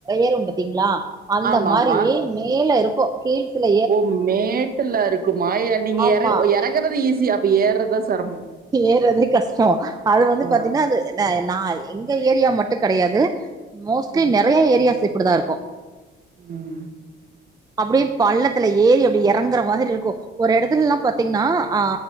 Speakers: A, on the right; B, on the right.
A: ஏறுவோ பாத்தீங்களா அந்த
B: ஆமா
A: மாரி
B: ஆமா
A: மேல இருக்கு ஹில்ஸுல
B: ஓ மேட்டுல இருக்குமா எ நீங்க
A: ஆமா
B: எற எறக்குறது ஈஸி அப்ப ஏற்றதா செரமோ
A: ஏறது கஷ்டொ அது வந்து
B: ஆ
A: பாத்தீங்கன்னா அந்த இல்ல நா எங்க ஏரியா மட்டு கெடையாது மோஸ்ட்லி
B: ம்
A: நறைய ஏரியாஸ் இப்டிதா இருக்கு
B: ம்
A: அப்டியு பள்ளத்துல ஏறி அப்டி எறங்குற மாதிரி இருக்கு ஒரு எடத்துலல்லா பாத்தீங்ன்னா ஆ